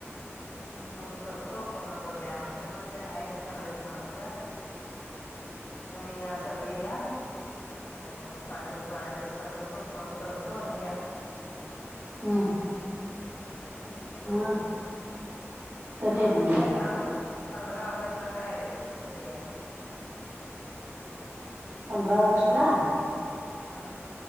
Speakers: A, on the left; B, on the right.
A: <inaudible>
B: हम्म
A: फोन कर तो फोन नंबर द्या म्हणली म्हटलं हाय मिस्टरांनकड घ्या म्हटलं. <inaudible> नाही या सगळी या. आणि मी पाठवतो ऍड्रेस पाठवतो. फोन करतो आणि या म्हणून.
B: हम्म.
A: ठीक आहे म्हटल
B: मग
A: बघूया
B: कधी आहे
A: <inaudible> आजून
B: ती पूजा
A: लई लांब हाय की. पंधरा ऑगस्ट ला काय कधी हाय?
B: पंधरा ऑगस्ट ला नाही.
A: हा.